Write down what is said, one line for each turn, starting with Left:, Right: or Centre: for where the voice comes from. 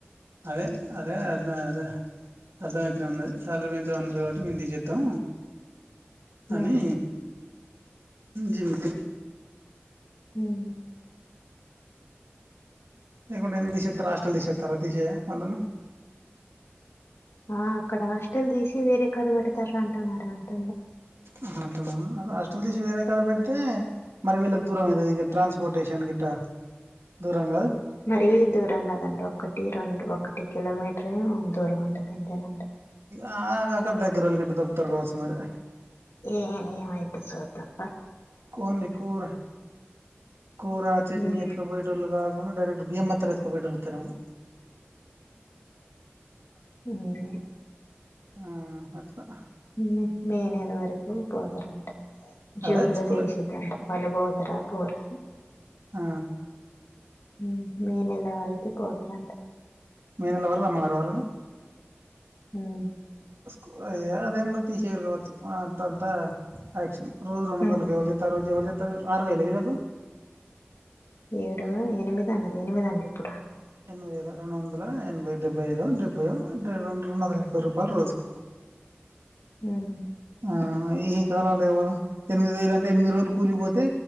Right: అదే అదే అన్న గదా అర్థంమైతనే ఉన్నది. శాలరీ పెంచమన్నారు, కాబట్టే మేము తీసేత్తం అనీ.
Left: ఉమ్,
Right: జిమ్.
Left: ఉమ్.
Right: లేకుంటే ఎందుకు తీసేస్తరూ, హాస్టల్ తీసేస్తరా తీసేయ వాళ్లను.
Left: ఆ, అక్కడ హాస్టల్ తీసి వేరేకాడ పెడతారంట మరీ అంటుంన్రు.
Right: ఆహా అట్టనా? అదే హాస్టల్ తీసి వేరేక్కడ పెడితే, మరి వీళ్లకి దూరం అయితది. ఇగా ట్రాన్స్‌పోర్టేషన్ గిట్ట దూరం గాదు.
Left: మరి దూరం గాదండి. ఒక్కటి, రెండు, ఒక్కటి కిలోమీటర్ ఏమో దూరం ఉంటాది. అంతేనంట.
Right: ఆ అగ్ అక్కడ దగ్గరోళ్లు గిట్ట దొరుకుతారు కావచ్చు మరీ.
Left: ఏ ఏమైద్దో సూద్దాం.
Right: కొన్లి కూరా, కూరా,
Left: ఉమ్,
Right: చట్నీ ఎత్తుకుపోయేటోళ్లు కాద్. ఉన్న డైరెక్ట్ బియ్యం బస్తాలు ఎత్తుకు బోయోటోలు ఓత్తరేమో.
Left: ఉమ్.
Right: ఆ అట్లా.
Left: నిన్నే మే నెలవరకు పోతారంటా. జూన్
Right: అదే స్కూలే
Left: లో తెలిసిద్దంట, వాళ్ళ బోతరా పోరా.
Right: ఆ
Left: ఉమ్ మే నెలలో అయితే, పోతారంట.
Right: మే నెల వరకు రమ్మన్నారా వాళ్ళను.
Left: ఉమ్.
Right: స్కూ ఏ అదేముండది తీ సేయ్యారు గావచ్చు, ఆ అంతంత యాక్షన్. రోజు రెండు వందలకి,
Left: ఉమ్,
Right: ఎవలు చేత్తర్రు ఉద్యోగాలు చేత్తర్రు వీళ్ళు. ఆరు వేలా, ఈళ్లకు.
Left: ఏడు, ఎనిమిది అన్నది, ఎనిమిదంట ఇప్పుడు.
Right: ఎనిమిది వేల రెండు వందల్. ఆ ఎనభై, డెబ్బై ఐదో, డెబ్బయో. అంటే రెండు, రెండు వందల ఎనబై రూపాయలు రోజుకు.
Left: ఉమ్.
Right: ఆ ఈ కాలాల ఎవరు, ఎనిమిది వేలు అంటే ఎనిమిది రోజులు కూలిపోతే,